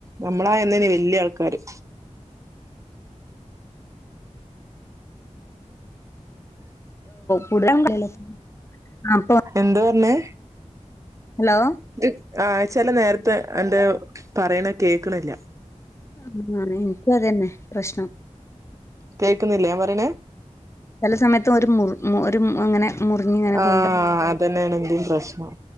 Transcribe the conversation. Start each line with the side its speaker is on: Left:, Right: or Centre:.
Right: നമ്മളായന്നേനെ വല്യ ആൾക്കാര്
Left: കൂടുതല അപ്പൊ
Right: എന്താ പറഞ്ഞേ
Left: ഹലോ
Right: ദ് ആഹ് ചെല നേരത്തെ എന്റെ പറയണ കേക്കണില്ല
Left: ആഹ് എനിക്കു അതന്നെ പ്രശ്നം
Right: കേൾക്കുന്നില്ലെ ഞാപറയണെ
Left: ചില സമയത്തു ഒരു മു ഒരു അങ്ങനെ മുറിഞ്ഞ് ഇങ്ങനെ
Right: ആഹ്
Left: പോകണ്ട്
Right: അതന്നെനാണ് എന്റേം പ്രശ്നം